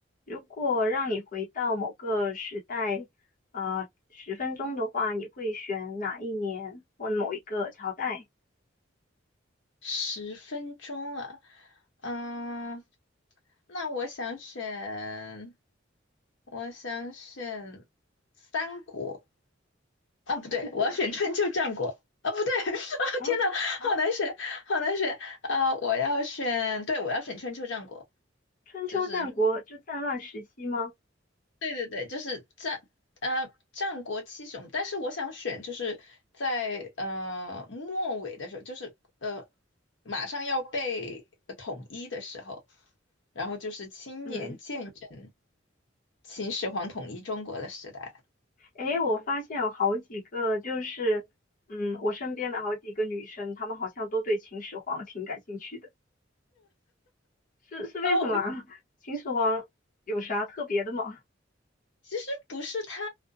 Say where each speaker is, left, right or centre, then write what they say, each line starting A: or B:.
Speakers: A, on the left; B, on the left.
A: 如果让你回到某个时代，啊、十分钟的话，你会选哪一年或某一个朝代？
B: 十分钟啊，嗯，那我想选，我想选三国啊，不对，
A: 战国时
B: 我要选春秋战国啊，不对，<laughs> 啊，
A: 啊，
B: 天呐，好难选，好难选，呃，我要选，对，我要选春秋战国，
A: 春秋战国就战乱时期吗？
B: 就是对对对，就是战呃战国七雄，但是我想选就是在呃末尾的时候，就是呃马上要被呃统一的时候，然后就是亲眼见证
A: 嗯，
B: 秦始皇统一中国的时代。
A: 诶，我发现有好几个，就是嗯，我身边的好几个女生，她们好像都对秦始皇挺感兴趣的，是是为什么啊？
B: 哦，
A: 秦始皇有啥特别的吗？
B: 其实不是他，